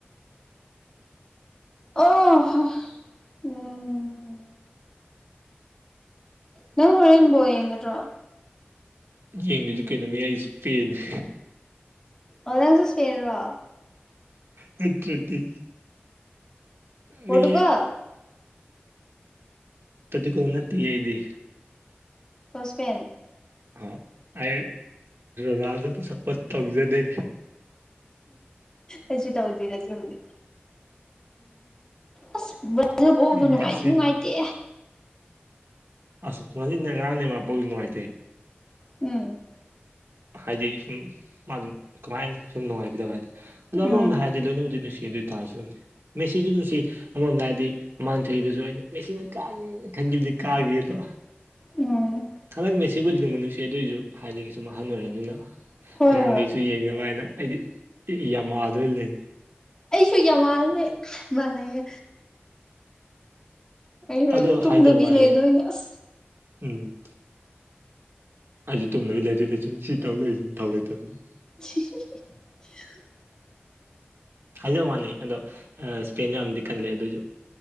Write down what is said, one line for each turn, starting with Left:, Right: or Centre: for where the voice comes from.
Left: ꯑꫭꯍ ꯎꯝ ꯅꯪ ꯍꯣꯔꯦꯟ ꯕꯣꯜ ꯌꯦꯡꯒꯗ꯭ꯔꯣ꯫
Right: ꯌꯦꯡꯗꯗꯤ ꯀꯩꯅꯣ ꯃꯌꯥꯏꯁꯤ ꯄꯦꯜꯂꯤꯦ
Left: ꯑꯥꯡ ꯆꯁꯄꯤꯦꯟ꯭ꯔ
Right: ꯅꯠꯇꯗꯤ
Left: ꯄꯣꯔꯇꯨꯒꯜ
Right: ꯃꯤ ꯄꯗꯨꯀꯣꯟꯅꯇꯤ ꯑꯩꯗꯤ
Left: ꯑꯣꯣꯁꯄꯦꯟ
Right: ꯑ ꯑ ꯔꯗ ꯇꯁ ꯄꯊꯖꯗꯦ
Left: ꯑꯩꯁꯨ ꯇꯧꯗꯦꯗꯁꯨꯧꯗꯦ ꯑꯁ ꯑꯗꯨ ꯄꯣꯛꯎꯗ
Right: ꯎꯝ
Left: ꯅꯨꯡꯉꯥꯏꯗꯤ
Right: ꯃꯦꯁꯤꯅꯤ
Left: ꯅꯨꯡꯉꯥꯏꯇꯦꯦ
Right: ꯑꯁ ꯃꯅꯦ ꯉꯔꯥꯡꯅꯦ ꯃꯥꯄꯥꯎ ꯅꯨꯡꯉꯥꯏꯇꯦ
Left: ꯎꯝ
Right: ꯍꯥꯏꯗꯤ ꯁꯨꯝ ꯃꯥꯗꯨ ꯀꯃꯥꯏꯅꯤ ꯁꯨꯝ ꯅꯨꯡꯉꯥꯏꯕꯤꯗꯕ ꯍꯥꯏꯗꯅ ꯑꯗꯣ ꯑꯃꯔꯣꯝꯗ
Left: ꯎꯝ
Right: ꯍꯥꯏꯔꯗꯤ ꯂꯣꯏꯅꯕꯨꯗꯤ ꯅꯨꯡꯁꯤ ꯑꯗꯨ ꯑꯣꯏꯇꯥꯔꯁꯨ ꯑꯗꯨꯝ ꯃꯦꯁꯤꯁꯨ ꯅꯨꯡꯁꯤ ꯑꯃꯔꯣꯝꯗ ꯍꯥꯏꯗꯤ ꯃꯃꯥꯡ ꯆꯍꯤꯗꯁꯨ ꯑꯩꯅ ꯃꯦꯁꯤꯅ ꯀꯥ ꯈ ꯍꯪꯗꯤ ꯀꯑꯒꯦꯗꯣ
Left: ꯎꯝ
Right: ꯍꯟꯗꯛꯅꯦ ꯁꯤꯕꯨꯗꯤ ꯅꯅꯨꯡꯃ ꯅꯨꯡꯁꯤ ꯑꯗꯨꯏꯁꯨ ꯍꯥꯏꯗꯤ ꯁꯨꯝ ꯑꯍꯜ ꯑꯣꯏꯔꯕꯔꯕꯅꯤꯅ
Left: ꯍꯣꯏ
Right: ꯑꯉꯥꯡꯈꯩꯁꯨ
Left: ꯍꯣꯏ
Right: ꯌꯦꯡꯅꯕ ꯍꯥꯏꯅ ꯑꯩꯗꯤ ꯌꯥꯝꯃꯛꯗꯣꯏꯅ ꯂꯩ
Left: ꯑꯩꯁꯨ ꯀ꯭ꯌꯥ ꯃꯥꯜꯅꯦ ꯃꯥꯅꯩꯌꯦ ꯑꯩ
Right: ꯑꯗꯣ
Left: ꯇꯨꯝꯗꯕꯤ
Right: ꯍꯥꯏꯖꯕ ꯋꯥꯅꯦ
Left: ꯂꯩꯗꯣꯏꯅꯦ ꯑꯁ
Right: ꯎꯝ ꯑꯩꯁꯨ ꯇꯨꯝꯗꯅꯕ ꯂꯩꯗꯣꯏ ꯂꯩꯁ ꯁꯤ ꯇꯧ ꯂꯩꯁꯅ ꯊꯧ ꯂꯩꯇꯕꯅꯤ
Left: <unintelligible>
Right: ꯍꯥꯏꯖ ꯋꯥꯅꯤ ꯑꯗꯣ ꯏꯁꯄꯦꯟꯁꯨ ꯌꯥꯝꯗꯤ ꯀꯜꯂꯦ ꯑꯗꯨꯑꯣꯏꯁꯨ